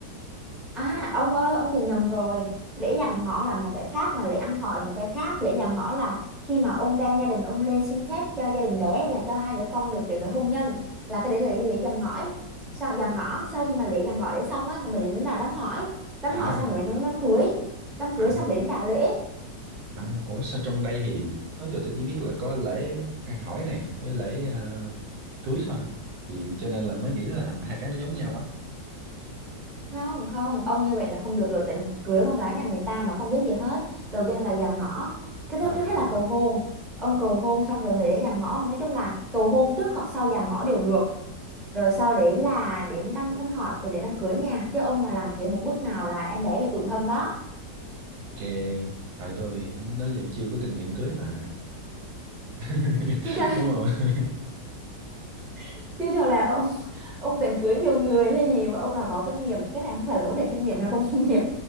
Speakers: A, in the centre; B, on the right (about 80°).
A: À ông ơi ông bị nhầm rồi Lễ dạm ngõ là một cái khác mà lễ ăn hỏi là một cái khác Lễ dạm ngõ là khi mà ông đem gia đình ông lên xin phép cho gia đình bé là cho hai đứa con được tiến tới hôn nhân là cái đấy là lễ, lễ dạm ngõ sau dạm ngõ sau khi mà lễ dạm ngõ đấy xong á là mình đến là đám hỏi đám
B: à
A: hỏi xong rồi mới đến đám cưới đám cưới
B: à
A: xong rồi đến trả lễ
B: À, ủa sao trong đây thì đó giờ tôi chỉ biết là có lễ ăn hỏi nè với lễ ờ, cưới thôi thì cho nên là mới nghĩ là hai cái nó giống nhau á
A: không không ông như vậy là không được rồi tính cưới con gái nhà người ta mà không biết gì hết đầu tiên là phải dạm ngõ thứ nhất
B: à,
A: trước hết là cầu hôn ông cầu hôn xong rồi mới đến dạm ngõ nói chung là cầu hôn trước hoặc sau dạm ngõ đều được rồi sau đấy là đến đám đám hỏi rồi đến đám cưới nha chứ ông mà làm thiếu một bước nào là em bé bị tủi thân đó
B: ok tại tôi cũng đó giờ chưa có kinh nghiệm cưới mà <laughs>
A: chứ cho
B: đúng không
A: <laughs> chứ cho là ông ông định cưới nhiều người hay gì mà ông đòi có kinh nghiệm cái này không phải là vấn đề kinh nghiệm hay không kinh nghiệm